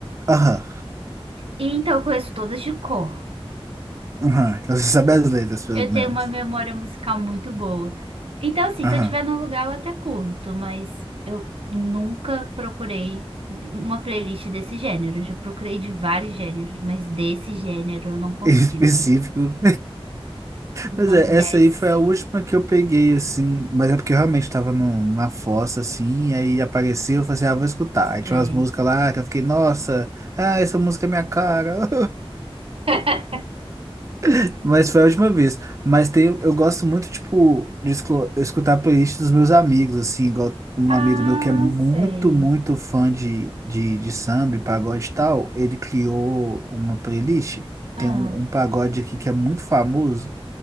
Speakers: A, on the right; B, on the right.
A: Aham,
B: E então eu conheço todas de cor.
A: aham. Então você sabe as letras, pelo
B: Eu tenho
A: menos.
B: uma memória musical muito boa. Então, assim,
A: Aham.
B: se eu estiver num lugar, eu até curto, mas eu nunca procurei uma playlist desse gênero. Eu já procurei de vários gêneros, mas desse gênero eu não consigo.
A: Em específico. <laughs>
B: Não
A: Pois é,
B: desce.
A: essa aí foi a última que eu peguei, assim, mas é porque eu realmente tava no, na fossa, assim, e aí apareceu, eu falei assim, ah, vou escutar. Aí tinha
B: Sei.
A: umas músicas lá que eu fiquei, nossa, ah, essa música é minha cara.
B: <laughs>
A: <laughs> Mas foi a última vez. Mas tem, eu gosto muito, tipo, de esclo- escutar a playlist dos meus amigos, assim, igual um
B: Ah,
A: amigo meu que é muito,
B: sei.
A: muito fã de, de, de samba, e pagode e tal, ele criou uma playlist.
B: Ah,
A: Tem um, um pagode aqui que é muito famoso,